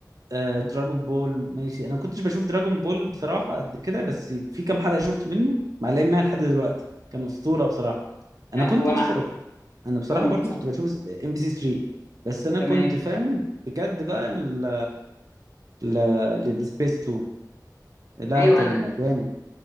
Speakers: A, on the right; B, on the left.
A: آه دراجون بول ماشي انا ما كنتش بشوف دراجون بول بصراحه قد كده بس في كام حلقه شفته منه معلقين معايا لحد دلوقتي كان اسطوره بصراحه انا
B: آه،
A: كنت
B: وانا
A: بص انا كنت انا بصراحه
B: اول
A: برضو
B: سنه
A: كنت بشوف ام بي سي 3 بس انا
B: تمام
A: كنت فاهم بجد بقى ال ال السبيس تون لا
B: ايوه
A: كان
B: انا
A: جامد